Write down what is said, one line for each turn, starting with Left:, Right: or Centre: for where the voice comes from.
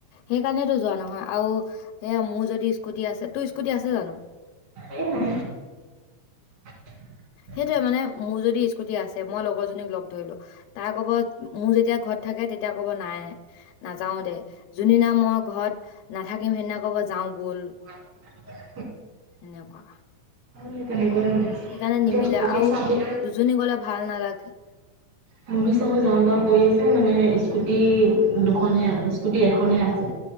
Left: সেইকাৰণেতো যোৱা নহয় আৰু এয়া মোৰ যদি স্কুটি আছে তোৰ স্কুটি আছে জানো
Right: এই নাই <inaudible>
Left: সেইটোয়ে মানে মোৰ যদি স্কুটি আছে মই লগৰ জনীক লগ ধৰিলো তাৰ কব মোৰ যেতিয়া ঘৰত থাকে <unintelligible> তেতিয়া কব নাই নাযাও দে যোনদিনা মই ঘৰত নাথাকিম সেইদিনা কব যাও ব কল
Right: হয়
Left: এনেকুৱা
Right: সেই তেনেকুৱাই হৈ আছে
Left: সেইকাৰণে
Right: এতিয়া
Left: নিমিলে
Right: মুভি
Left: আৰু
Right: চাবি
Left: দুজনী গলে ভাল নালাগে
Right: সুহি চাব
Left: উম
Right: লাহে লাহে পৰি আছে মানে স্কুটি দুখনহে স্কুটি এখনহে আছে